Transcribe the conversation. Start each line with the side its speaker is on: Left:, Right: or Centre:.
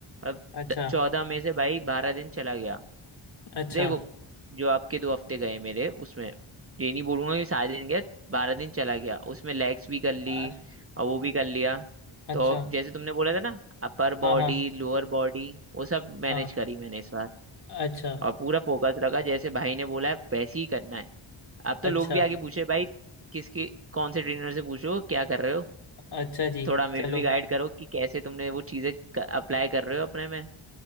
Right: अब
Left: अच्छा
Right: चौदह मई से भाई बारह दिन चला गया
Left: अच्छा
Right: देखो जो आपके दो हफ्ते गए मेरे उसमें ये नहीं बोलूंगा कि सारे दिन गया बारह दिन चला गया उसमें लेग्स भी कर ली
Left: अ-
Right: और वो भी कर लिया
Left: अच्छा
Right: तो जैसे तुमने बोला था ना अपर
Left: हाँ
Right: बॉडी
Left: हाँ
Right: लोअर बॉडी वो सब मैनेज
Left: हाँ
Right: करी मैंने इस बार
Left: अच्छा
Right: और पूरा फोकस रखा जैसे भाई ने बोला है वैसे ही करना है अब तो
Left: अच्छा
Right: लोग भी आगे पूछे भाई किसके कौन से ट्रेनर से पूछो क्या कर रहे हो
Left: अच्छा जी
Right: थोड़ा हमें
Left: चलो
Right: भी गाइड करो कि कैसे तुमने वो चीजें अप्लाई कर रहे हो अपने में